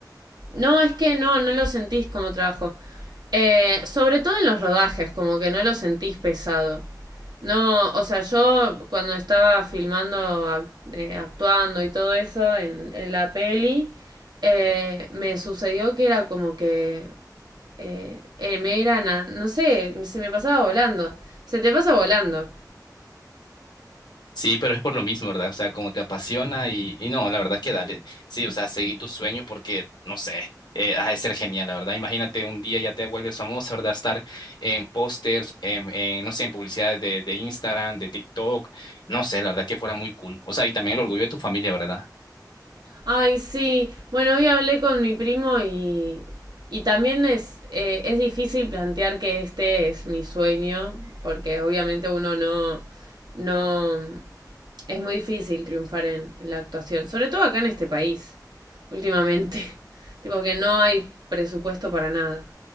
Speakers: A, on the right; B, on the left.
A: No, es que no, no lo sentís como trabajo. Eh, sobre todo en los rodajes, como que no lo sentís pesado. No, o sea, yo cuando estaba filmando, ac- eh, actuando y todo eso en, en la peli, eh, me sucedió que era como que eh, eh, me eran, a- no sé, se me pasaba volando. Se te pasa volando.
B: Sí, pero es por lo mismo, ¿verdad? O sea, como te apasiona y, y no, la verdad que dale. Sí, o sea, seguí tu sueño porque, no sé, eh, ha de ser genial, la verdad. Imagínate un día ya te vuelves famosa, ¿verdad? Estar en pósters, en, en, no sé, en publicidades de, de Instagram, de TikTok, no sé, la verdad que fuera muy cool. O sea, y también el orgullo de tu familia, ¿verdad?
A: Ay, sí. Bueno, hoy hablé con mi primo y, y también es, eh, es difícil plantear que este es mi sueño, porque obviamente uno no, no, es muy difícil triunfar en, en la actuación, sobre todo acá en este país, últimamente. <laughs> Tipo que no hay presupuesto para nada.